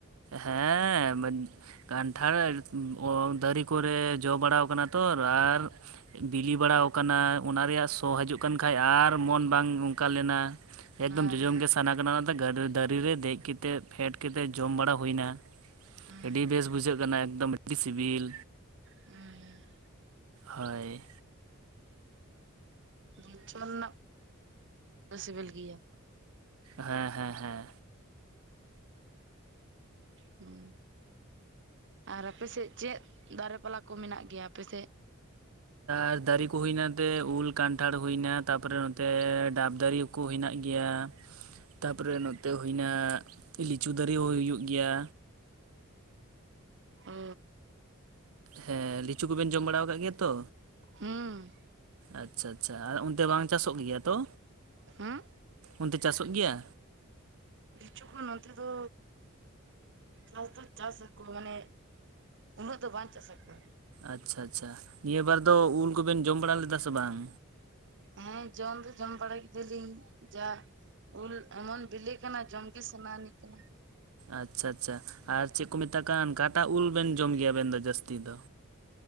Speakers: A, on the right; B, on the right.
A: ᱦᱮᱸ ᱠᱟᱱᱴᱷᱟᱲ ᱫᱟᱨᱮ ᱠᱚᱨᱮ ᱡᱚ ᱵᱟᱲᱟᱣ ᱟᱠᱟᱱᱟ ᱛᱚ ᱟᱨ ᱵᱤᱞᱤ ᱵᱟᱲ ᱠᱟᱱᱟ ᱚᱱᱟ ᱨᱮᱭᱟᱜ ᱥᱚ ᱦᱤᱡᱩᱜ ᱠᱟᱱ ᱠᱷᱟᱡ ᱟᱨ ᱢᱚᱱ ᱵᱟᱝ ᱚᱱᱠᱟ ᱞᱮᱱᱟ ᱮᱠᱫᱚᱢ
B: ᱦᱮᱸ
A: ᱡᱚᱡᱚᱢ ᱜᱮ ᱥᱟᱱᱟ ᱠᱟᱱᱟ ᱚᱱᱟᱛᱮ ᱫᱟᱨᱮ ᱨᱮ ᱫᱮᱡ ᱠᱟᱛᱮᱫ ᱯᱷᱮᱰ ᱠᱟ ᱠᱟᱛᱮᱫ ᱡᱚᱢ ᱵᱟᱲᱟ ᱦᱩᱭ ᱮᱱᱟ
B: ᱦᱮᱸ
A: ᱟᱹᱰᱤ ᱵᱮᱥ ᱵᱩᱡᱷᱟᱹᱜ ᱠᱟᱱᱟ ᱮᱠᱫᱚᱢ ᱟᱹᱰᱤ ᱥᱤᱵᱤᱞ
B: ᱦᱩᱸ <unintelligible>
A: ᱦᱳᱭ
B: ᱱᱤᱪᱚᱞ ᱱᱟᱯ ᱥᱤᱵᱤᱞ ᱜᱮᱭᱟ
A: ᱦᱮᱸ ᱦᱮᱸ ᱦᱮᱸ
B: ᱦᱩᱸ <unintelligible> ᱟᱨ ᱟᱯᱮᱥᱮᱫ ᱪᱮᱫ? ᱫᱟᱨᱮ ᱯᱟᱞᱟ ᱠᱚ ᱢᱮᱱᱟᱜ ᱜᱮᱭᱟ ᱟᱯᱮᱥᱮᱫ
A: ᱟᱨ ᱫᱟᱨᱮ ᱠᱩ ᱦᱩᱭᱱᱟ ᱱᱚᱛᱮ ᱩᱞ ᱠᱟᱱᱴᱷᱟᱲ ᱦᱩᱭᱱᱟ ᱛᱟᱯᱚᱨᱮ ᱱᱚᱛᱮ ᱰᱟᱵ ᱫᱟᱨᱮ ᱠᱚ ᱦᱮᱱᱟᱜ ᱜᱮᱭᱟ
B: <inaudible>
A: ᱛᱟᱯᱚᱨᱮ ᱱᱚᱛᱮ ᱦᱩᱭᱱᱟ ᱞᱤᱪᱩ ᱫᱟᱨᱮ ᱦᱚᱸ ᱦᱩᱭᱩᱜ ᱜᱮᱭᱟ
B: ᱚ
A: ᱦᱮᱸ ᱞᱤᱪᱩ ᱠᱚᱵᱮᱱ ᱡᱚᱢ ᱵᱟᱲᱟ ᱠᱟᱜ ᱜᱮᱭᱟ ᱛᱚ
B: ᱦᱩᱸ
A: ᱟᱪᱪᱷᱟ ᱟᱪᱪᱷᱟ ᱟᱨ ᱚᱱᱛᱮ ᱵᱟᱝ ᱪᱟᱥᱚᱜ ᱜᱮᱭᱟ ᱛᱚ
B: ᱦᱩᱸ
A: ᱚᱱᱛᱮ ᱪᱟᱥᱚᱜ ᱜᱮᱭᱟ?
B: ᱠᱤᱪᱷᱩ ᱠᱷᱚᱱ ᱱᱚᱛᱮ ᱫᱚ ᱪᱟᱥ ᱫᱚ ᱪᱟᱥ ᱟᱠᱚ ᱢᱟᱱᱮ ᱩᱱᱟᱹᱜ ᱫᱚ ᱵᱟᱝ ᱪᱟᱥᱟᱠᱚ
A: ᱟᱪᱪᱷᱟ ᱟᱪᱪᱷᱟ ᱱᱤᱭᱟᱹ ᱵᱟᱨ ᱫᱚ ᱩᱞ ᱠᱚᱵᱮᱱ ᱡᱚᱢ ᱵᱟᱲᱟ ᱞᱮᱫᱟ ᱥᱮ ᱵᱟᱝ?
B: ᱦᱮᱸ ᱡᱚᱢ ᱫᱚ ᱡᱚᱢ ᱵᱟᱲᱟ ᱠᱮᱫᱟᱞᱤᱧ ᱡᱟ ᱩᱞ ᱮᱢᱚᱱ ᱵᱤᱞᱤ ᱠᱟᱱᱟ ᱡᱚᱢᱜᱮ ᱥᱟᱱᱟ ᱟᱱᱤᱡ ᱠᱟᱱᱟ
A: ᱟᱪᱪᱷᱟ ᱟᱪᱪᱷᱟ ᱟᱨ ᱪᱮᱜ ᱠᱚ ᱢᱮᱛᱟᱜ ᱠᱟᱱ ᱠᱟᱴᱟᱜ ᱩᱞ ᱵᱮᱱ ᱡᱚᱢ ᱜᱮᱭᱟ ᱟᱵᱮᱱ ᱫᱚ ᱡᱟᱹᱥᱛᱤ ᱫᱚ